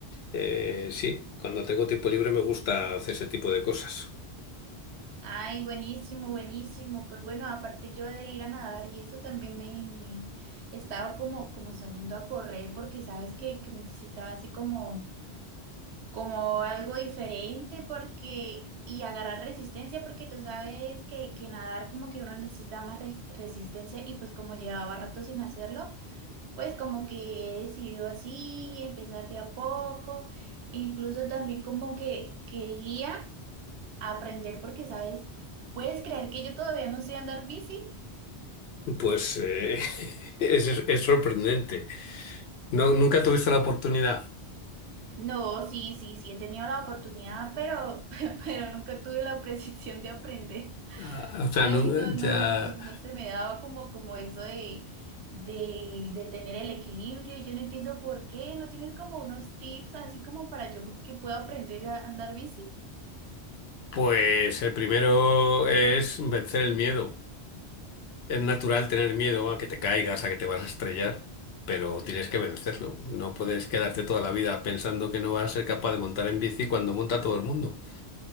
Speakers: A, on the left; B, on the right.
A: Eh, sí, cuando tengo tiempo libre me gusta hacer ese tipo de cosas.
B: Ay, buenísimo, buenísimo. Pues bueno, aparte yo de ir a nadar y eso también me, me he estado como, como saliendo a correr porque sabes que, que necesitaba así como, como algo diferente porque... Y agarrar resistencia porque tú sabes que, que nadar como que uno necesita más res- resistencia y pues como llevaba rato sin hacerlo. Pues como que he decidido así, empezar de a poco, incluso también como que quería aprender porque, ¿sabes? ¿Puedes creer que yo todavía no sé andar bici?
A: Pues eh, <laughs> es, es sorprendente. No, nunca tuviste la oportunidad.
B: No, sí, sí, sí, he tenido la oportunidad, pero, <laughs> pero nunca tuve la precisión de aprender.
A: Ah, o
B: Ay,
A: sea, nu-
B: no, no,
A: ya.
B: no, no se me daba como, como eso de, de, de tener el equilibrio y yo no entiendo por qué, ¿no tienes como unos tips así como para yo que pueda aprender a andar bici?
A: Pues el primero es vencer el miedo. Es natural tener miedo a que te caigas, a que te vas a estrellar, pero tienes que vencerlo. No puedes quedarte toda la vida pensando que no vas a ser capaz de montar en bici cuando monta todo el mundo.